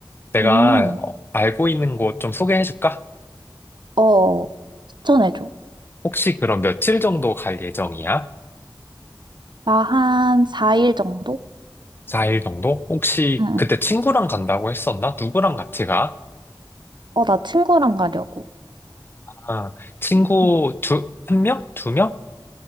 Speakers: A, on the left; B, on the right.
A: 내가
B: 음,
A: 어, 알고 있는 곳 좀 소개해 줄까?
B: 어, 추천해줘.
A: 혹시 그럼 며칠 정도 갈 예정이야?
B: 나 한 4일 정도?
A: 4일 정도? 혹시
B: 응, 응,
A: 그때 친구랑 간다고 했었나? 누구랑 같이 가?
B: 어, 나 친구랑 가려고.
A: 아, 친구
B: 응,
A: 두, 한 명? 두 명?